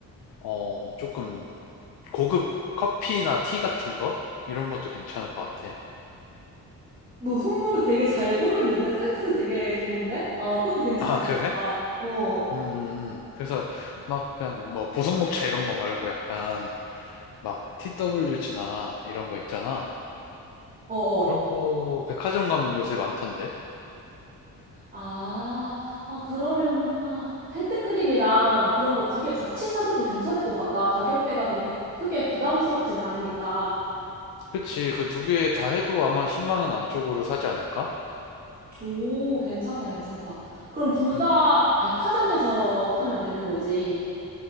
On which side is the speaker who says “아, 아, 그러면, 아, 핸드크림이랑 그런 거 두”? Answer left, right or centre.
Right